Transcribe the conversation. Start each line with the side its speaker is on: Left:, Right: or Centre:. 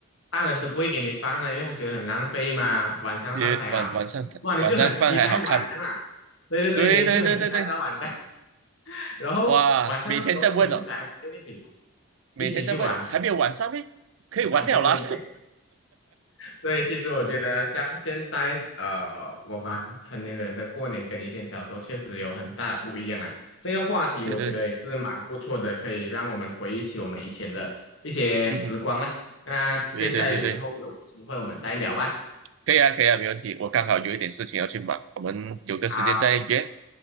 Left: 大人都不会给你放了，因为他觉得很浪费嘛，晚上放才好。
Right: 就是晚晚上晚上饭还好看。
Left: 哇，你就很期待晚上啊，对对对，
Right: 对对对对对，
Left: 你就很期待到晚上，<laughs> 然后晚上的时候全部小孩子就一起
Right: 哇，每天在问哦，每天在问了，
Left: 一起去玩
Right: 还没有晚上呢，可以玩了啦。
Left: 啊，对对对。对，其实我觉得像现在呃，我们成年人的过年跟以前小时候确实有很大不一样啊。这个话题我觉得也是蛮不错的，
Right: <laughs> 对对，
Left: 可以让我们回忆起我们以前的一些时光啦。
Right: 嗯，
Left: 那接下来有以后有机会我们再聊吧。
Right: 对对对对。可以啊，可以啊，没问题。我刚好有一点事情要去忙，我们有个时间再约。
Left: 好，